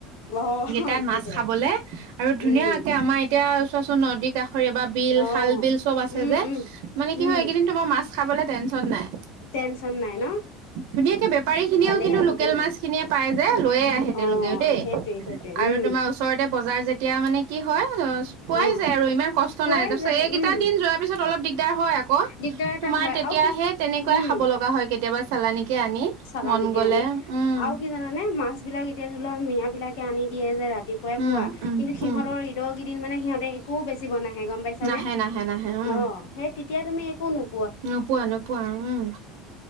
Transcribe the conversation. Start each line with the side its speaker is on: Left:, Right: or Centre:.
Left: অ
Right: তাত মাছ
Left: সেইটোৱে
Right: খাবলে আৰু ধুনীয়াকে
Left: উম
Right: আমাৰ এতিয়া চোৱাচোন নদীত খৰিয়াবা বিল
Left: অ
Right: খাল বিল চব আছে
Left: উম
Right: যে
Left: উম
Right: মানে কি
Left: উম
Right: হয় এইকেইদিন তোমাৰ মাছ খাবলে টেনচন নাই।
Left: টেনচন নাই ন।
Right: ধুনীয়াকে বেপাৰী খিনিও
Left: ভালেই
Right: কিন্তু
Left: আকৌ
Right: লোকেল
Left: দেই
Right: মাছ খিনিয়ে পাই। যে লৈয়ে আহে তেওঁলোকেও
Left: অ
Right: দেই
Left: সেইটোৱে সেইটোৱে
Right: আৰু
Left: উম
Right: তোমাৰ ওচৰতে বজাৰ যেতিয়া মানে কি হয় পোৱাই
Left: অ
Right: যায় আৰু ইমান কষ্ট
Left: পোৱাই
Right: নাই, তাৰপিছত
Left: যায়
Right: এইকেইটা
Left: উম
Right: দিন যোৱাৰ পিছত অলপ দিক দিগাৰ হয় আক,
Left: দিগদাৰ এটা
Right: তোমাৰ
Left: হয়
Right: তেতিয়া
Left: আৰু কি
Right: সেই তেনেকুৱাই
Left: উম
Right: খাব লগা হয় কেতিয়াবা চালানিকে আনি
Left: চালানিকে
Right: মন গলে
Left: আনি,
Right: উম
Left: আৰু কি জানানে? মাছ বিলাক এতিয়া ধৰি লোৱা মিয়া বিলাকে আনি দিয়ে যে ৰাতিপুৱাই
Right: উম
Left: পুৱা, কিন্তু
Right: উম
Left: সিহঁতৰ
Right: উম
Left: ঈদৰ কেইদিন মানে সিহঁতে একো বেছিব নাহ হে গম পাইছা
Right: নাহে
Left: নে?
Right: নাহে নাহে উম
Left: অ সেই তেতিয়া তুমি একো নো
Right: নোপোৱা নোপোৱা উম,